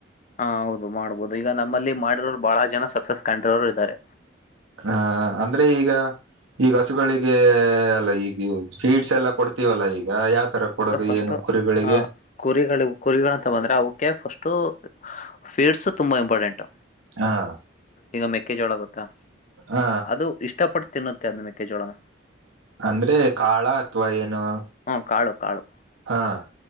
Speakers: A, on the left; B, on the right.
A: ಹಾ ಹೌದು ಮಾಡ್ಬೋದು ಈಗ ನಮ್ಮಲ್ಲಿ ಮಾಡಿರೋರು ಬಹಳ ಜನ ಸಕ್ಸಸ್ ಕಂಡಿರೋರು ಇದ್ದಾರೆ.
B: ಹ ಅಂದ್ರೆ ಈಗ. ಈಗ ಹಸುಗಳಿಗೆ ಅಲ್ಲ ಈಗ ಫೀಡ್ಸ್ ಎಲ್ಲ ಕೊಡ್ತೀವಲ್ಲ ಈಗ ಯಾವ್ ತರ. ಕೊಡೋದು
A: ಈಗ ಫಸ್ಟ್
B: ಏನು ಕುರಿಗಳಿಗೆ.
A: ಹ ಕುರಿಗಳು ಕುರಿಗಳಂತ ಬಂದ್ರೆ ಅವಕ್ಕೆ ಫಸ್ಟ್ ಫೀಡ್ಸ್ ತುಂಬಾ ಇಂಪಾರ್ಟೆಂಟ್.
B: ಹಾ-
A: ಈಗ ಮೆಕ್ಕೆಜೋಳ ಗೊತ್ತಾ
B: ಹ
A: ಅದು ಇಷ್ಟಪಟ್ಟು ತಿನ್ನುತ್ತೆ ಅದದು ಮೆಕ್ಕೆಜೋಳನ.
B: ಅಂದ್ರೆ ಕಾಳ ಅಥವಾ ಏನು.
A: ಹ್ಮ ಕಾಳು ಕಾಳು.
B: ಹಾಂ-